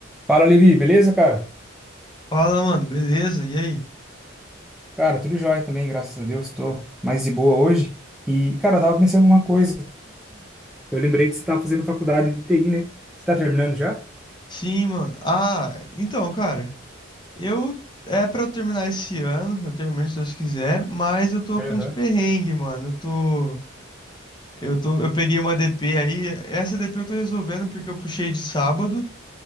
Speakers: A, in the centre; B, on the left.
A: Fala, Levi, beleza, cara?
B: Fala, mano, beleza? E aí?
A: Cara, tudo jóia também, graças a Deus, tô mais de boa hoje. E, cara, eu tava pensando numa coisa. Eu lembrei que você tava fazendo faculdade de TI, né? Você tá terminando já?
B: Sim, mano. Ah, então, cara, eu é pra eu terminar esse ano, eu termino se Deus quiser, mas eu tô
A: Aham.
B: com uns perrengues, mano. Eu tô eu tô eu peguei uma DP aí, essa DP eu tô resolvendo porque eu puxei de sábado,